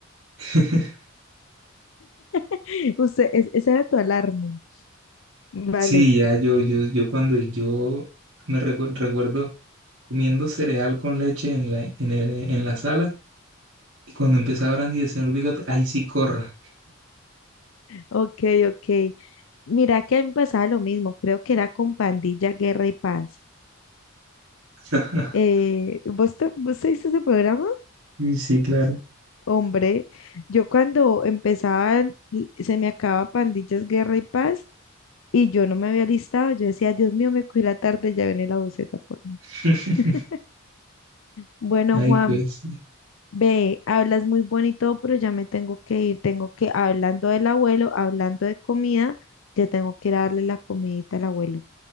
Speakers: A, on the right (about 60°); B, on the left (about 60°).
A: <laughs>
B: <laughs> Usted, es- esa era tu alarma. Vale,
A: Sí, ya yo, yo, yo cuando yo me recu- recuerdo comiendo cereal con leche en la, en el- en la sala, y cuando empezaba brandy del señor Bigote, ay, sí, corra.
B: ok, ok. Mira que a mí me pasaba lo mismo, creo que era con Pandilla, Guerra y Paz.
A: <laughs>
B: Eh, ¿vos te, vos te viste ese programa?
A: Sí, sí, claro.
B: Hombre, yo cuando empezaban, l- se me acababa Pandillas, Guerra y Paz, Y yo no me había listado, yo decía, Dios mío, me cogí la tarde, ya viene la buceta por mí.
A: <laughs>
B: <laughs> Bueno,
A: Ay,
B: Juan,
A: pues, sí.
B: ve, hablas muy bonito, pero ya me tengo que ir, tengo que, hablando del abuelo, hablando de comida, ya tengo que ir a darle la comidita al abuelo,